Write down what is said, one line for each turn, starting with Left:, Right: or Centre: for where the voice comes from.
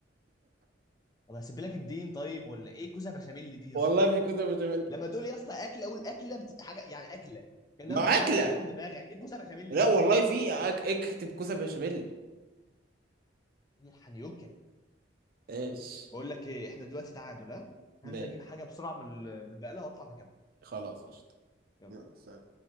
Left: طب هسيب لك الدين طيب ولا ايه كوسه بشاميل دي يا
Right: والله
Left: اسطى
Right: في كوسة بشاميل
Left: لما تقول يا اسطى اكله اقول اكله بت... حاجه يعني اكله انما
Right: ما
Left: ما تخترعش
Right: أكلة
Left: اكله من دماغك ايه الكوسه بشاميل
Right: لا
Left: دي
Right: والله في أك... اكتب كوسة بشاميل
Left: ايه الحنيوكه
Right: ايش
Left: بقول لك ايه احنا دلوقتي تعادل ها
Right: ما
Left: هنزل اجيب حاجه بسرعه من ال- من البقاله واطلع نكمل
Right: خلاص قشطة
Left: يلا.
Right: يلا، سلام.